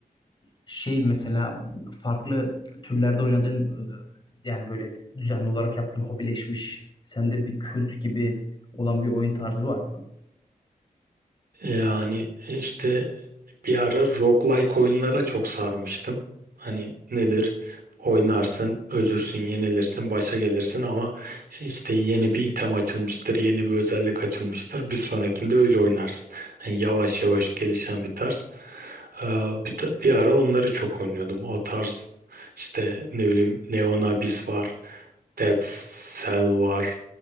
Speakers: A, on the left (about 30°); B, on the right (about 85°).
A: e, şey mesela farklı türlerde oynadığın e, yani böyle düzenli olarak yaptığın hobileşmiş sende bir kült gibi olan bir oyun tarzı var mı?
B: Yani işte bir ara roguelike oyunlara çok sarmıştım. Hani nedir? Oynarsın, ölürsün, yenilirsin, başa gelirsin ama işte işte yeni bir item açılmıştır, yeni bir özellik açılmıştır. Bir sonrakinde öyle oynarsın. Hani yavaş yavaş gelişen bir tarz. Ee, bir, ta- bir ara onları çok oynuyordum. O tarz işte ne bileyim Neon Abyss var, Dead Cell var.